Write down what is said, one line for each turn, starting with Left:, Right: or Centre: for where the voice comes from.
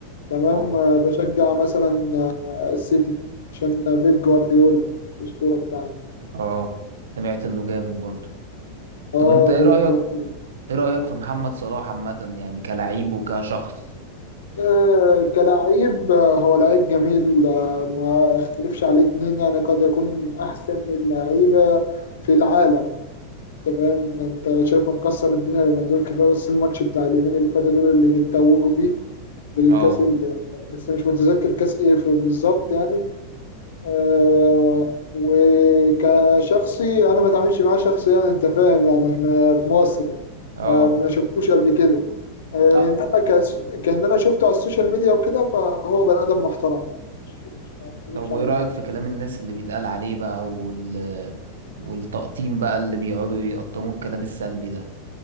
Left: تمام
Right: هو
Left: آه، بشجع مثلا آه، السيتي عشان آه، بيب جوارديولا الاسطوره بتاعنا
Right: اه سمعت انه جامد برضو
Left: اه
Right: طب انت ايه
Left: بيب
Right: رأيك
Left: جوارديولا
Right: ايه رأيك في محمد صلاح عامة يعني كلاعب وكشخص
Left: آه، كلاعب آه، هو لعيب جميل آه، ما اختلفش عليه اتنين يعني قد يكون من احسن اللعيبه في العالم انت فاهم انت شايفه مكسر الدنيا لما دول كفايه بس الماتش بتاع اليومين اللي فاتوا دول اللي بيتوجوا فيه بالكاس
Right: اه
Left: ال... بس مش متذكر كاس ايه في- بالظبط يعني آه وكشخصي انا ما اتعاملش معاه شخصيا انت فاهم يعني احنا في مصر
Right: اه
Left: فما شفتوش قبل كده آه
Right: لا
Left: انما كس... كان انا شفته على السوشيال ميديا وكده فهو بني ادم محترم يعني مش مش ما يختلفش
Right: طب وايه
Left: عليك
Right: رأيك في كلام الناس اللي بيتقال عليه بقى وال والتقطيم بقى اللي بيقعدوا يقطموا الكلام السلبي ده